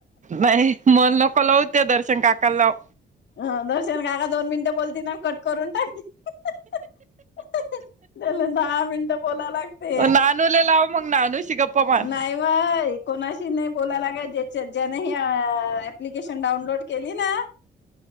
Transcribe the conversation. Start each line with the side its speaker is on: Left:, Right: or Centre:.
Right: नाही मल नको लावु त्या दर्शन काका ला लाव
Left: ह दर्शन का का दोन मिनिटं बोलती ना कट करून टाकतीन त्याला दहा मिनटं बोला लागते.
Right: नानूला लाव मग नानूशी गप्पा मार
Left: नाही व कोणाशी नाही बोलायला, ज्याच्या की ज्याने हे अ एप्लीकेशन डाउनलोड केली ना,